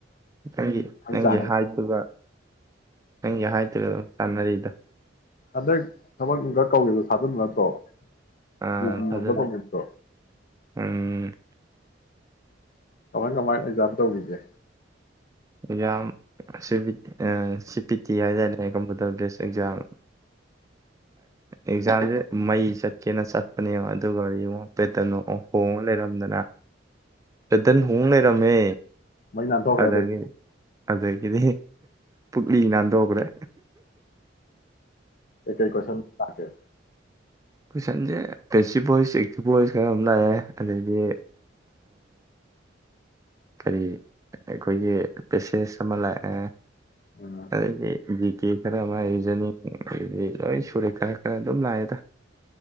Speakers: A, on the right (about 15°); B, on the left (about 45°).
A: ꯅꯪꯒꯤ ꯅꯪꯒꯤ
B: ꯆꯥꯡ
A: ꯍꯥꯏꯗꯨꯒ ꯅꯪꯒꯤ ꯍꯥꯏꯠꯇꯨꯒ ꯑꯗꯨꯝ ꯆꯥꯟꯅꯔꯤꯗ
B: ꯍꯟꯗꯛ ꯊꯕꯛ ꯅꯨꯡꯕꯛ ꯀꯧꯒꯤꯕ ꯊꯖꯤꯟꯕ ꯅꯠꯇ꯭ꯔꯣ <inaudible>
A: ꯑꯥ ꯊꯥꯖꯜꯂꯦ
B: ꯒꯨꯝꯕ ꯀꯧꯒꯤꯕꯗꯣ
A: ꯎꯝ
B: ꯀꯃꯥꯏ ꯀꯃꯥꯏꯅ ꯑꯦꯛꯖꯥꯝ ꯇꯧꯒꯤꯒꯦ
A: exam C B C P T ꯍꯥꯏꯗꯥꯏꯅꯦ ꯀꯝꯄ꯭ꯌꯨꯇꯔ ꯕꯦꯁ ꯑꯦꯛꯖꯥꯝ ꯑꯦꯛꯖꯥꯝꯁꯦ ꯃꯩ ꯆꯠ ꯀꯦꯅ ꯆꯠꯄꯅꯦꯕ ꯑꯗꯨꯒ ꯌꯦꯡꯉꯣ ꯄꯦꯇ꯭ꯔꯟꯗꯣ ꯍꯣꯡꯉ ꯂꯩꯔꯝꯗꯅ <inaudible> ꯍꯣꯡ ꯂꯩꯔꯝꯃꯦ
B: ꯃꯩ ꯅꯥꯟꯊꯣꯛꯈ꯭ꯔꯦ
A: ꯑꯗꯒꯤ ꯑꯗꯒꯤꯗꯤ ꯂꯤ ꯅꯥꯟꯗꯣꯛꯈ꯭ꯔꯦ
B: ꯀꯩ ꯀꯩ ꯀꯣꯏꯁꯟ ꯂꯥꯛꯀꯦ
A: ꯀꯣꯏꯁꯟꯁꯦ ꯄꯦꯁꯤꯞ ꯚꯣꯏꯁ ꯑꯦꯛꯇꯤꯚ ꯚꯣꯏꯁ ꯈꯔ ꯑꯃ ꯂꯥꯛꯑꯦ ꯑꯗꯒꯤ ꯀꯔꯤ ꯑꯩꯈꯣꯏꯒꯤ ꯄꯦꯁꯦꯖ ꯑꯃ ꯂꯥꯛꯑꯦ
B: ꯎꯝ
A: ꯑꯗꯩꯗꯤ ꯖꯤ ꯀꯦ ꯈꯔ ꯑꯃ ꯔꯤꯖꯅꯤꯡ ꯑꯗꯩꯗꯤ ꯂꯣꯏ ꯁꯨꯔꯦ ꯈꯔ ꯈꯔ ꯑꯗꯨꯝ ꯂꯥꯛꯑꯦꯗ